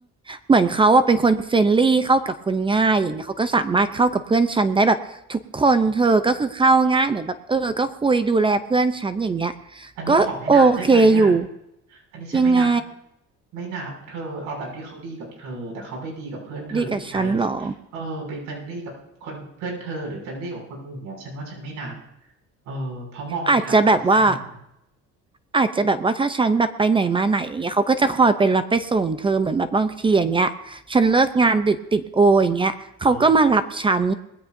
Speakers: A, on the right; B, on the right.
A: เหมือนเขาอะเป็นคนเฟรนลี่เข้ากับคนง่ายอย่างเงี้ยเขาก็สามารถเข้ากับเพื่อนฉันได้แบบทุกคนเธอก็คือเข้าง่ายเหมือนแบบเออก็คุยดูแลเพื่อนฉันอย่างเงี้ย
B: อืม อันนี้ขอไม่นับได้ไหมอ่ะ
A: ก็โอเคอยู่
B: อันนี้ฉันไม่นับ
A: ยังไง
B: ไม่นับเธอเอาแบบที่เขาดีกับเธอแต่เขาไปดีกับเพื่อนเธอหรือไนซ์เออไปเฟรนลี่กับคนเพื่อนเธอหรือเฟรนลี่กับคนอื่นเนี่ยฉันว่าฉันไม่นับ
A: ดีกับฉันเหรอ
B: เออเพราะมองในฐานะแฟนอะ
A: อาจจะแบบว่า อาจจะแบบว่าถ้าฉันแบบไปไหนมาไหนอย่างเงี้ยเขาก็จะคอยไปรับไปส่งเธอเหมือนแบบบางทีอย่างเงี้ยฉันเลิกงานดึกติดโออย่างเงี้ยเขาก็มารับฉัน
B: อ๋อ